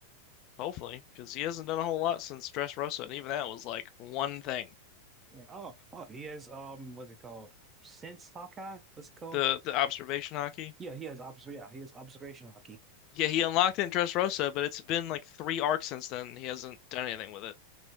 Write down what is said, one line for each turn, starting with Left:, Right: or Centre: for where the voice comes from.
Left: Hopefully, because he hasn't done a whole lot since Dressrosa, and even that was like one thing.
Right: Yeah. Oh, oh, he has um, what's it called? Sense Hawkeye? What's it called?
Left: The the observation hockey.
Right: Yeah, he has obs. Yeah, he has observation hockey.
Left: Yeah, he unlocked it in Dressrosa, but it's been like three arcs since then. He hasn't done anything with it.